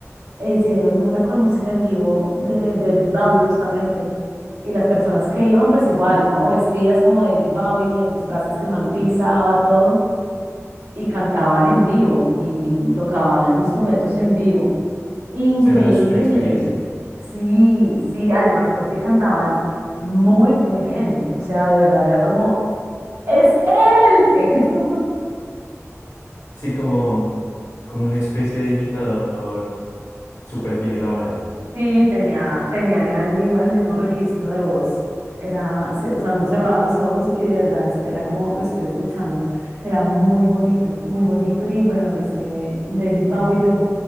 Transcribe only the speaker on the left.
Será la super experiencia.
Sí, como, como una especie de imitador súper bien elaborado.